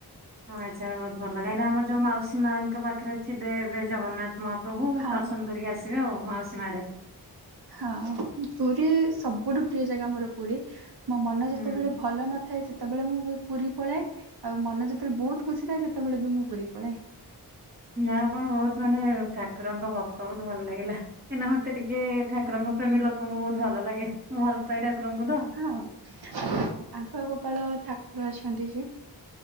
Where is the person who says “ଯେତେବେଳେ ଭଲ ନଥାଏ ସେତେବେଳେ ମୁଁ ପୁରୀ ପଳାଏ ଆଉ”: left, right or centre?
Right